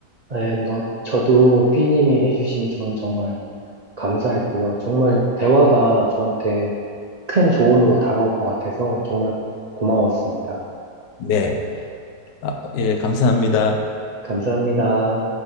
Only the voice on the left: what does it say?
네, 아, 예, 감사합니다.